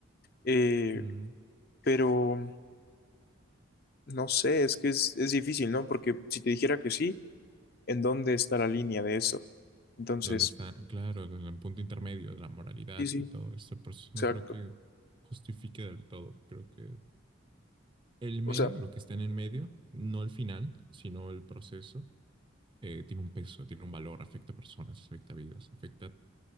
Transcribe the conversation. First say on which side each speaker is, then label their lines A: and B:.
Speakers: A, on the left; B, on the right.
A: eh,
B: Mm,
A: pero no sé, es que es, es difícil, ¿no? Porque si te dijera que sí, ¿en dónde está la línea de eso? Entonces,
B: ¿Dónde está? Claro, en el punto intermedio de la moralidad
A: sí, sí,
B: y todo esto. Por eso
A: exacto.
B: no creo que justifique del todo. Creo que el medio,
A: O sea,
B: lo que está en el medio, no el final, sino el proceso eh, tiene un peso, tiene un valor, afecta a personas, afecta a vidas, afecta,